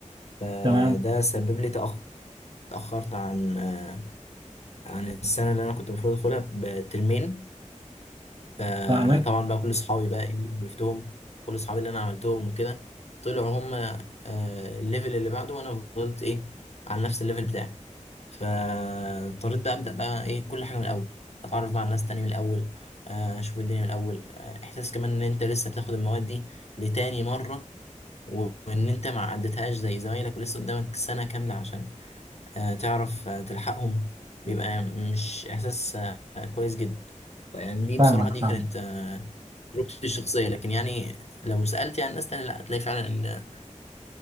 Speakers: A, on the left (about 55°); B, on the right (about 40°).
A: فده
B: تمام
A: سبب لي تأخ- تأخرت عن آه، عن السنة اللي أنا كنت المفروض أدخلها بترمين آه
B: فاهمك
A: طبعا بقى كل صحابي بقى ايه اللي عرفتهم كل صحابي اللي انا عملتهم وكده طلعوا هم آه الليفل اللي بعده وانا فضلت ايه على نفس الليفل بتاعي فاضطريت بقى ابدا بقى ايه كل حاجه من الاول اتعرف بقى على ناس تاني من الاول آه، اشوف الدنيا من الاول آه، احساس كمان ان انت لسه بتاخد المواد دي لتاني مره وان انت ما عدتهاش زي زمايلك ولسه قدامك سنه كامله عشان آه، تعرف آه، تلحقهم بيبقى مش احساس آه، كويس جدا يعني دي
B: فاهمك
A: بصراحه دي
B: فاهم
A: كانت تجربتي الشخصية لكن يعني لو سألت يعني ناس تانية لا هتلاقي فعلا إن